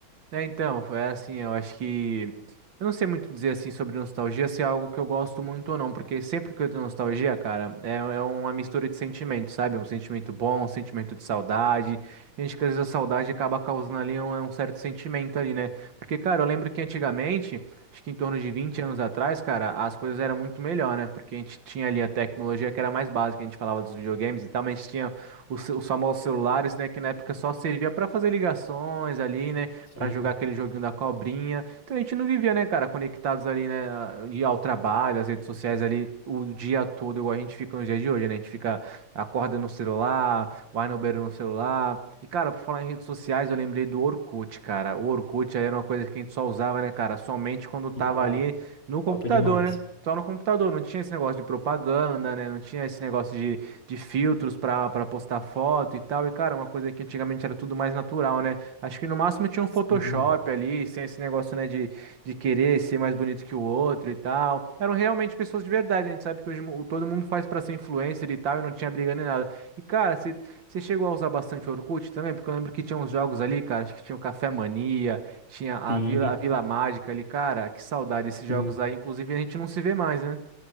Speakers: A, on the right; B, on the left.
A: É, então, foi assim, eu acho que. Eu não sei muito dizer assim sobre nostalgia, se é algo que eu gosto muito ou não, porque sempre que eu tenho nostalgia, cara, é, é uma mistura de sentimentos, sabe? É um sentimento bom, um sentimento de saudade. A gente, que às vezes a saudade acaba causando ali um, um certo sentimento ali, né? Porque, cara, eu lembro que antigamente, acho que em torno de 20 anos atrás, cara, as coisas eram muito melhor, né? Porque a gente tinha ali a tecnologia que era mais básica, a gente falava dos videogames e tal, mas a gente tinha os, os famosos celulares, né? Que na época só servia pra fazer ligações ali, né?
B: Sim.
A: pra jogar aquele joguinho da cobrinha. Então a gente não vivia, né, cara, conectados ali, né, de ao trabalho, às redes sociais ali o dia todo, igual a gente fica nos dias de hoje, né? A gente fica, acorda no celular, vai no banheiro no celular. E, cara, por falar em redes sociais, eu lembrei do Orkut, cara. O Orkut aí era uma coisa que a gente só usava, né, cara, somente quando tava
B: Ah,
A: ali no computador,
B: top demais.
A: né? Só no computador, não tinha esse negócio de propaganda, né? Não tinha esse negócio de, de filtros pra, pra postar foto e tal. E, cara, uma coisa que antigamente era tudo mais natural, né? Acho que no máximo tinha um Photoshop
B: Sim.
A: ali, sem esse negócio, né, de, de querer ser mais bonito que o outro e tal. Eram realmente pessoas de verdade, a gente sabe que hoje mu- todo mundo faz pra ser influencer e tal, e não tinha briga nem nada. E, cara, você você chegou a usar bastante o Orkut também? Porque eu lembro que tinha uns jogos ali, cara, acho que tinha o Café Mania, tinha a
B: Sim.
A: Vila, a Vila Mágica ali, cara, que saudade esses jogos
B: Sim.
A: aí. Inclusive, a gente não se vê mais, né?